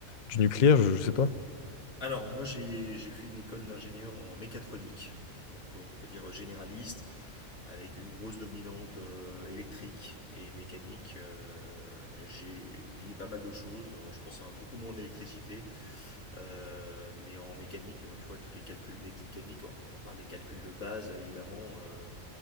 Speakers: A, on the left; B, on the left.
A: du nucléaire, je, je sais pas.
B: Alors, moi, j'ai j'ai fait une école d'ingénieur en mécatronique. Donc, on peut, on peut dire généraliste, avec une grosse dominante euh, électrique et mécanique. euh, mais j'ai oublié pas mal de choses. Alors, je pense à beaucoup moins d'électricité. Euh, mais en mécanique, tu vois, tous les calculs mécaniques, à part les calculs de base, évidemment, euh,